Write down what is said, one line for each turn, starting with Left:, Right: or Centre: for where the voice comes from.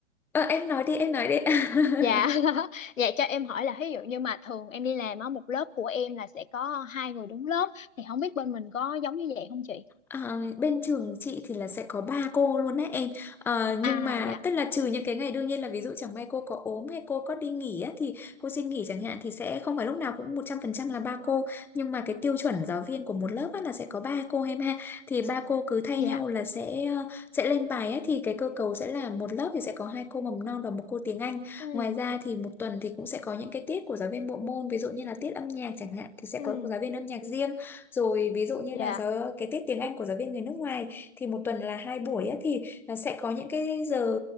Centre: Ờ, em nói đi, em nói đi. <laughs>
Left: dạ <laughs> dạ cho em hỏi là ví dụ như mà thường em đi làm á một lớp của em là sẽ có hai người đứng lớp thì không biết bên mình có giống như vậy không chị?
Centre: Ờ, bên trường chị thì là sẽ có ba cô luôn đấy em Ờ, nhưng
Left: À
Centre: mà
Left: dạ,
Centre: tức là trừ những cái ngày đương nhiên là ví dụ chẳng may cô có ốm hay cô có đi nghỉ á, thì cô xin nghỉ chẳng hạn thì sẽ không phải lúc nào cũng 100% là ba cô nhưng mà cái tiêu chuẩn giáo viên của một lớp á, là sẽ có ba cô em ha thì ba cô cứ thay
Left: dạ.
Centre: nhau là sẽ ờ, sẽ lên bài ấy, thì cái cơ cấu sẽ là một lớp thì sẽ có hai cô mầm non và một cô tiếng Anh
Left: Ừ,
Centre: ngoài ra thì một tuần thì cũng sẽ có những cái tiết của giáo viên bộ môn ví dụ như là tiết âm nhạc chẳng hạn thì sẽ
Left: ừ,
Centre: có giáo viên âm nhạc riêng rồi ví dụ như
Left: dạ,
Centre: là giáo cái tiết tiếng Anh của giáo viên người nước ngoài thì một tuần là hai buổi á, thì nó sẽ có những cái giờ